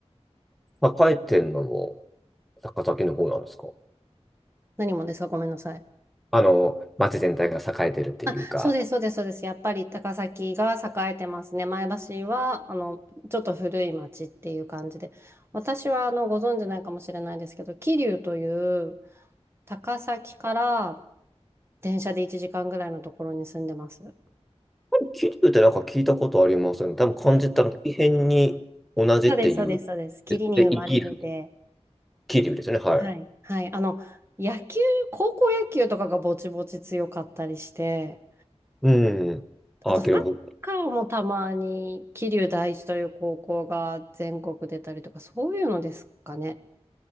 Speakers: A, in the centre; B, on the right.
A: た。栄えてんのも高崎の方なんですか
B: 何もですかごめんなさい。
A: あの、町全体が栄えてるっていうか。
B: あ、そうです、そうです、そうです。やっぱり高崎が栄えてますね。前橋は、あの、ちょっと古い町っていう感じで。私は、あの、ご存知ないかもしれないですけど、桐生という高崎から電車で1時間ぐらいのところに住んでます。
A: あれ桐生ってなんか聞いたことありますよね。多分漢字ってあの、
B: <laughs> あ
A: 異変に同じっていう。
B: そうです、そうです、そうです。霧に生まれるで。
A: で、で生きる桐生ですね。はい。
B: はい。はい。あの、野球、高校野球とかがぼちぼち強かったりして、
A: うん。あ、
B: あとサッ
A: けど、
B: カーもたまに桐生第一という高校が全国出たりとか、そういうのですかね。